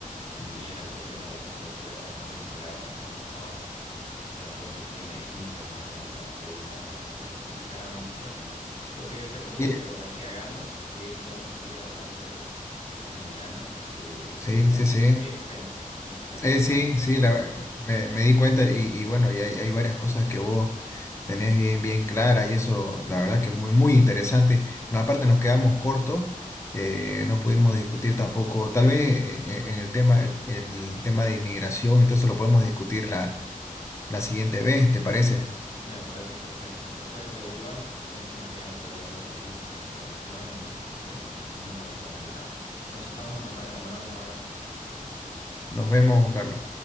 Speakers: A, on the left; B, on the left.
A: también el presidente de la Reserva Federal está muy peleado con Donald Trump eh, porque tiene tintes más democra- de demócrata que de republicano y así. Lo que te propongo
B: Bien.
A: que, va- que hagamos es podemos seguir hablando quizás mañana eh,
B: Sí,
A: sobre el tema
B: sí,
A: porque
B: sí.
A: es muy extenso, es muy extenso,
B: Eh,
A: es un
B: sí,
A: tema muy extenso.
B: sí, la- me, me di cuenta y, y bueno, y hay, hay varias cosas que vos tenés bien, bien claras y eso, la verdad que es muy, muy interesante. No, aparte nos quedamos cortos, eh, no pudimos discutir tampoco, tal vez eh, eh, en el tema, el, el tema de inmigración, entonces lo podemos discutir la, la siguiente vez, ¿te parece?
A: Me parece perfecto, perfecto, igual, buenísimo que hayamos podido hablar de política en esta ocasión y, y siempre es muy bonito analizar. Entonces estamos en contacto, Manuel, un abrazo.
B: Nos vemos, Juan Carlos.